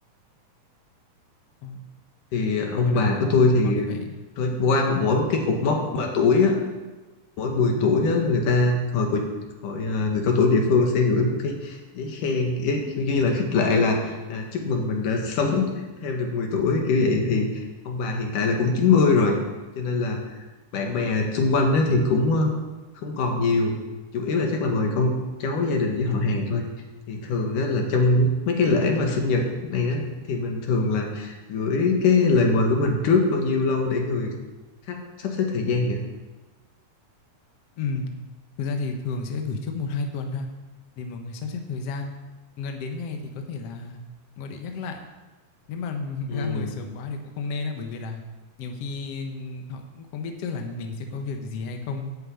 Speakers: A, on the left (about 60°); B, on the left (about 80°).
A: Ờ,
B: thì ông
A: hoặc là
B: bà của tôi thì
A: còn phải
B: tôi qua một mỗi một cái cột mốc mà tuổi á mỗi 10 tuổi á, người ta hội của hội à, người cao tuổi địa phương sẽ gửi một cái giấy khen kiểu kiểu như là khích lệ là à, chúc mừng mình đã <laughs> sống thêm được 10 tuổi kiểu vậy thì ông bà hiện tại là cũng 90 rồi cho nên là bạn bè xung quanh á, thì cũng ờ, không còn nhiều chủ yếu là chắc là mời con cháu gia đình với họ hàng thôi thì thường á, là trong mấy cái lễ mà sinh nhật này đó thì mình thường là gửi cái lời mời của mình trước bao nhiêu lâu để người khách sắp xếp thời gian nhỉ?
A: Ừm, Thực ra thì thường sẽ gửi trước một hai tuần ha để mọi người sắp xếp thời gian. Gần đến ngày thì có thể là gọi điện nhắc lại. Nếu mà <laughs>
B: Ừ.
A: ra mời sớm quá thì cũng không nên á bởi vì là nhiều khi họ cũng không biết trước là mình sẽ có việc gì hay không.